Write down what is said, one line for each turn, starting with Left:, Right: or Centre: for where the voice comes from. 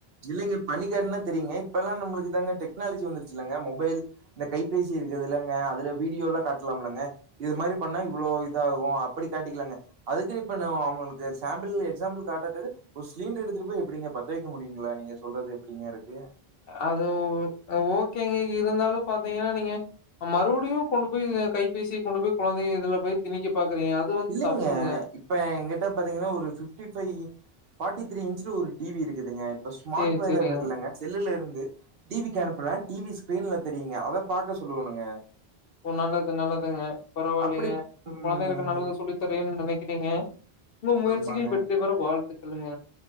Right: இல்லைங்க பண்ணிக்காட்டுனா தெரியங்க இப்பெல்லா நம்ளுக்கு தாங்க டெக்னாலஜி வந்துருச்சு இல்லங்க மொபைல் இந்த கைபேசி இருக்குதுல்லங்க அதுல வீடியோ எல்லா காட்டலாம்லங்க இது மாரி பண்ணா இவ்ளோ இதாகு அப்டி காட்டிக்கலாங்க அதுக்கு இப்ப நா அவங்களுக்கு சாம்பிள் எக்ஸாம்பிள் காட்றக்கு ஒரு சிலிண்டரு எடுத்து போய் எப்டிங்க பத்த வைக்க முடியு ங்களா நீங்க சொல்றது எப்டிங்க இருக்கு
Left: அது ஓகேங்க இருந்தாலு பாத்தீங்கன்னா நீங்க மறுபடியு கொண்டு போய் கைபேசிய கொண்டு போய் கொழந்தைங்க இதுல போய் திணிக்கி பாக்குறீங்க வந்து
Right: இல்லைங்க
Left: தப்புங்க.
Right: இப்ப எங்கிட்ட பாத்தீங்கன்னா ஒரு ஃபிஃப்டி ஃபைவ் ஃபார்ட்டி த்ரீ இன்ச்ல ஒரு டி வி இருக்குதுங்க இப்ப ஸ்மார்ட்
Left: சரி,
Right: வைர
Left: சரிங்க.
Right: இருக்குல்லங்க செல்லுல இருந்து டிவிக்கு அனுப்புனா டிவி ஸ்க்ரீன்ல தெரியுங்க அத பாக்க சொல்லுவணுங்க
Left: ஓ நல்லது நல்லதுங்க பரவாயில்லைங்க
Right: அப்படி ம்
Left: கொழந்தைகளுக்கு நல்லது சொல்லி தரேன்னு நெனைக்கிறீங்க உங்க முயர்சிகள்
Right: ஆமாங்க
Left: வெற்றி பெற வாழ்த்துக்களுங்க